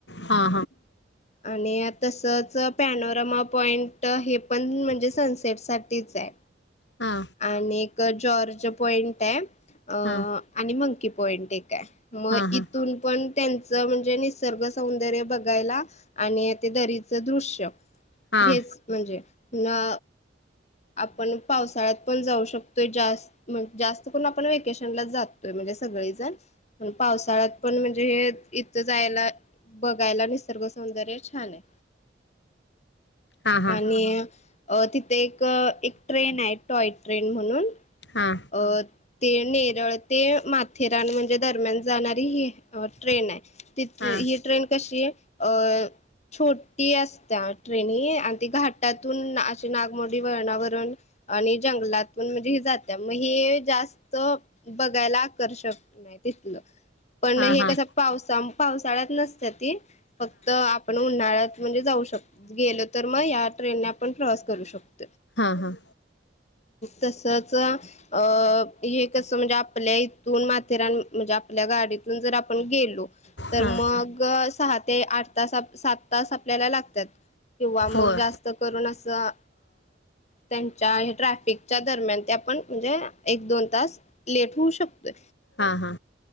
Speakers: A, on the left (about 65°); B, on the left (about 35°).
A: हा
B: आणि तसं पॅनोरमा पॉइंट हे पण म्हणजे सनसेटसाठीच आहे.
A: हा
B: आणि एक जॉर्ज पॉइंट आहे अ
A: हा
B: आणि मंकी पॉइंट एक आहे. मग
A: हा हा
B: इथून पण त्यांचं म्हणजे निसर्ग सौंदर्य बघायला आणि ते दरीचं दृश्य
A: हा
B: हेच म्हणजे पुन्हा आपण पावसाळ्यात पण जाऊ शकतोय जास्त जास्त करून आपण वेकेशनला जातोय. <unintelligible> सगळीजण पावसाळ्यात पण म्हणजे हे इथं जायला बघायला निसर्ग सौंदर्य छान आहे.
A: हा
B: आणि अ तिथे एक, एक ट्रेन आहे टॉय ट्रेन म्हणून
A: हा हा
B: अ ते नेरळ ते माथेरान म्हणजे दरम्यान जाणार ही ट्रेन आहे. ती
A: हा
B: ही ट्रेन कशी आहे अ छोटी असत्या ट्रेन हि आणि ती घाटातून अशी नागमोडी वळणावरून आणि जंगलातून म्हणजे हि जात त्यामुळे हे जास्त बघायला आकर्षक हाय तिथलं. पण
A: हा हा
B: हे कसं पावसा पावसाळ्यात नसत त्या ती फक्त आपण उन्हाळ्यात म्हणजे जाऊ शक गेलो तर मग ह्या ट्रेन पण प्रवास करू शकतो.
A: हा, हा.
B: तसच अ हे कसं म्हणजे आपल्या इ दोन माथेरान म्हणजे आपल्या गाडीतून जर आपण गेलो, तर
A: हा
B: मग सहा ते आठ आठ त सात तास आपल्याला लागत्यात. किंवा मग
A: होय
B: जास्त करून अस अ त्यांच्या हे ट्रॅफ पिकच्या दरम्यान ते आपण म्हणजे एक दोन तास लेट होऊ शकतोय.
A: हा, हा.